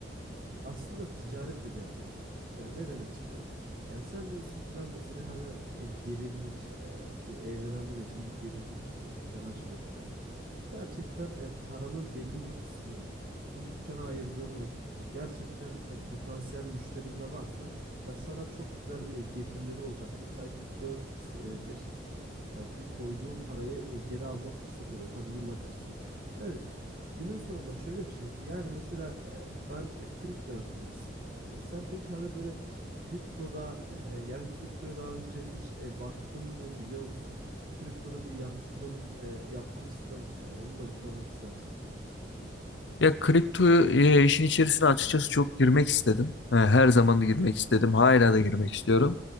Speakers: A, on the right; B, on the left.
A: e, aslında ticaret de bir yatırım. Yani ne demek istiyorum? Yani sen diyorsun ki ben mesela hani e, gelinlik e, bu evlenenler için bir gelinlik e, dükkanı açmayı düşünüyorum. Gerçekten e, paranın belli bir kısmını bu dükkana ayırdığın vakitte gerçekten e, potansiyel müşterin de varsa ya sana çok güzel e, getirileri olacaktır. Belki 4x, e, 5x e, bu koyduğun parayı e, geri alma fırsatı oluyor tabii yıllar içerisinde. Yani günün sonunda şöyle bir şey var. Yani mesela e, ben e, kripto yatırımcısıyım. E, sen peki hani böyle kriptoda e, yani kriptoya daha önce hiç e, baktın mı biliyor musun? kriptoda bir yatırım e, yapmak istiyor musun yani? Onu da bir sormak isterim sana kanka.
B: Ya kripto e, işin içerisine açıkçası çok girmek istedim. E, her zaman da girmek istedim. Hala da girmek istiyorum.